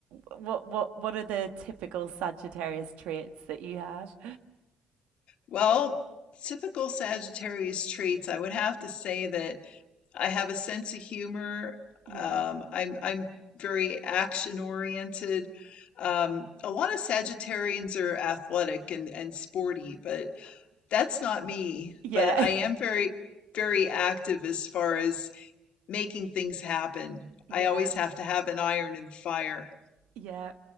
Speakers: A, on the right; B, on the left.
A: What what what are the typical Sagittarius traits that you have?
B: well, typical Sagittarius traits, I would have to say that I have a sense of humor.
A: Yeah.
B: Um, I'm I'm very action oriented. Um, a lot of Sagittarians are athletic and, and sporty, but That's not me,
A: Yeah.
B: but I am very, very active as far as making things happen.
A: <laughs>
B: I always
A: yeah.
B: have to have an iron in the fire.
A: Yeah.